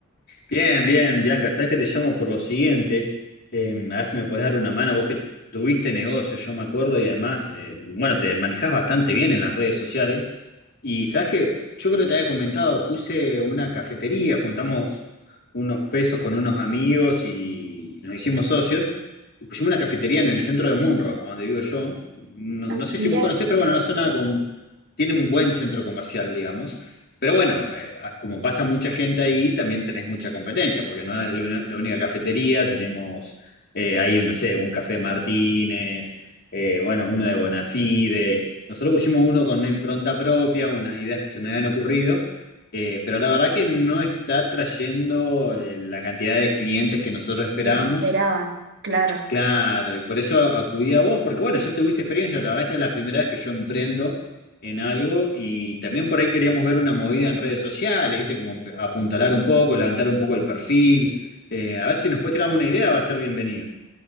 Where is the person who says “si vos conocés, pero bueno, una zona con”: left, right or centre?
Left